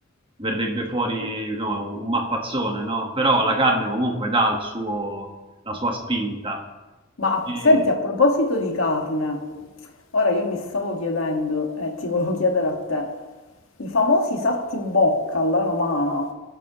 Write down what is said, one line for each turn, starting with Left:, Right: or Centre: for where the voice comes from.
Right: verrebbe fuori insomma, un mappazzone, no? Però la carne comunque dà il suo- la sua spinta.
Left: Ma
Right: E-
Left: senti, a proposito di carne, ora io mi stavo chiedendo, e ti volevo chiedere a te, i famosi salti in bocca alla romana,